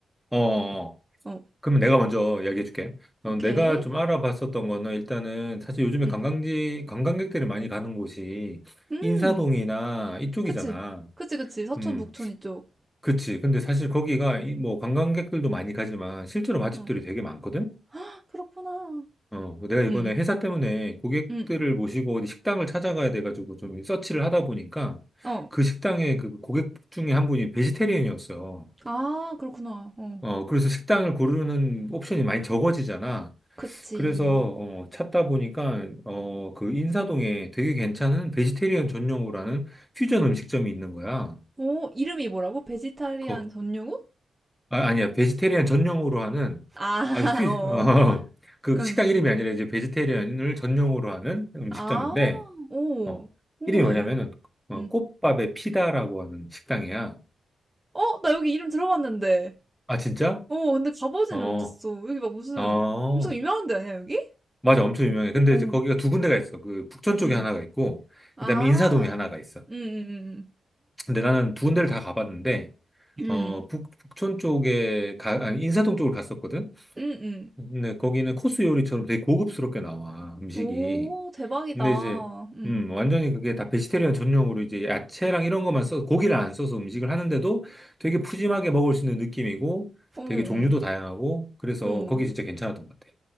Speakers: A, in the centre; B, on the right (about 15°).
A: 어, 어. 어.
B: 어,
A: 그러면 내가 먼저 이야기해 줄게. 어,
B: 오케이.
A: 내가 좀 알아봤었던 거는 일단은 사실 요즘에
B: 응,
A: 관광지, 관광객들이 많이 가는 곳이
B: 음,
A: 인사동이나
B: 음.
A: 이쪽이잖아.
B: 그치. 그치, 그치. 서촌,
A: 음,
B: 북촌 이쪽.
A: 그치. 근데 사실 거기가 이- 뭐 관광객들도 많이 가지만 실제로 맛집들이
B: 어.
A: 되게 많거든?
B: 헉, 그렇구나.
A: 어, 내가 이번에
B: 응,
A: 회사 때문에 고객들을
B: 응.
A: 모시고 어디 식당을 찾아가야 돼가지고 좀 서치를 하다 보니까
B: 어.
A: 그 식당의 그 고객 중에 한 분이 베지테리언이었어.
B: 아, 그렇구나. 어.
A: 어, 그래서 식당을 고르는 옵션이 많이 적어지잖아.
B: 그치.
A: 그래서 어, 찾다 보니까 어, 그 인사동에 되게 괜찮은 베지테리언 전용으로 하는 퓨전 음식점이 있는 거야.
B: 오, 이름이 뭐라고? 베지타리안
A: 그,
B: 전용우?
A: 아, 니야 베지테리언 전용으로 하는
B: 아, <laughs>
A: 아주 퓨,
B: 어.
A: 어, <laughs> 그
B: 응.
A: 식당 이름이 아니라 이제 베지테리언을 전용으로 하는 음식점인데
B: 아, 오.
A: 어,
B: 궁금해.
A: 이름이 뭐냐면은 어,
B: 응.
A: 꽃밥의 피다라고 하는 식당이야.
B: 어, 나 여기 이름 들어봤는데.
A: 아 진짜?
B: 어, 근데 가보지는
A: 어,
B: 못했어. 여기 막 무슨
A: 어,
B: 엄청 유명한 데 아니야, 여기?
A: 맞아, 엄청 유명해. 근데
B: 어.
A: 이제 거기가 두 군데가 있어. 그 북촌 쪽에
B: 응.
A: 하나가 있고
B: 아.
A: 그다음에 인사동에 하나가 있어.
B: 응, 응,
A: 근데 나는 두 군데를 다 가봤는데,
B: 응. 응.
A: 어, 북, 북촌 쪽에, 가, 아니, 인사동 쪽으로 갔었거든?
B: 응, 응.
A: 근데 거기는 코스 요리처럼 되게 고급스럽게 나와, 음식이.
B: 오, 대박이다.
A: 근데 이제,
B: 응.
A: 음, 완전히 그게 다 베지테리언 전용으로 이제 야채랑 이런 것만 써서, 고기를 안 써서 음식을 하는데도 되게 푸짐하게 먹을 수 있는 느낌이고,
B: 응,
A: 되게 종류도
B: 응,
A: 다양하고, 그래서
B: 응.
A: 거기 진짜 괜찮았던 것 같아.